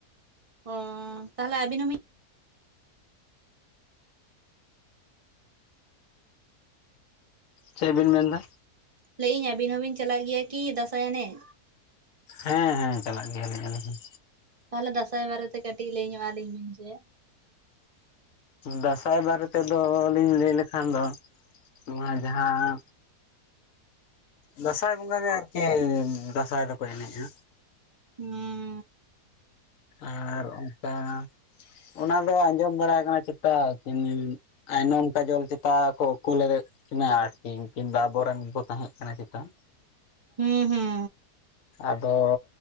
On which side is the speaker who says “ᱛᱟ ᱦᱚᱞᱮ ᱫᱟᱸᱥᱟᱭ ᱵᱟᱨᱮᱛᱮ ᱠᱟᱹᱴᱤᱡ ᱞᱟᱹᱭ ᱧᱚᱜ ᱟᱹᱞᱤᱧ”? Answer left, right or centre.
Right